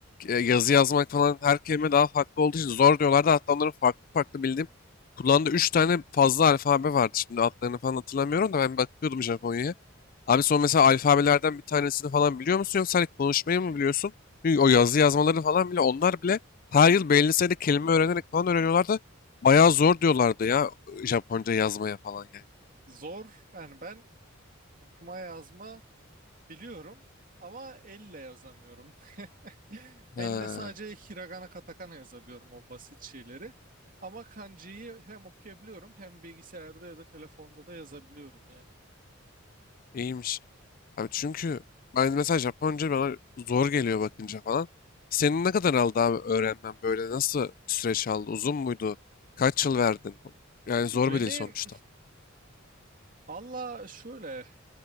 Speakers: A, on the left (about 45°); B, on the right (about 40°).
A: E, Yazı yazmak falan her kelime daha farklı olduğu için zor diyorlardı. Hatta onların farklı farklı bildiğim kullandığı 3 tane fazla alfabe vardı. Şimdi adlarını falan hatırlamıyorum da ben bakıyordum Japonya'ya. Abi son mesela alfabelerden bir tanesini falan biliyor musun yoksa hani konuşmayı mı biliyorsun? Çünkü o yazı yazmaları falan bile onlar bile her yıl belli sayıda kelime öğrenerek falan öğreniyorlardı. Bayağı zor diyorlardı ya Japonca yazmaya falan yani.
B: Zor yani ben okuma yazma biliyorum ama elle yazamıyorum. <laughs>
A: He.
B: Elle sadece hiragana katakana yazabiliyorum o basit şeyleri. Ama kanjiyi hem okuyabiliyorum hem bilgisayarda ya da telefonda da yazabiliyorum yani.
A: İyiymiş. Abi çünkü ben mesela Japonca bana zor geliyor bakınca falan. Senin ne kadar aldı abi öğrenmen böyle? Nasıl bir süreç aldı? Uzun muydu? Kaç yıl verdin? Yani
B: Benim
A: zor bir dil sonuçta.
B: <sniffs> Allah şöyle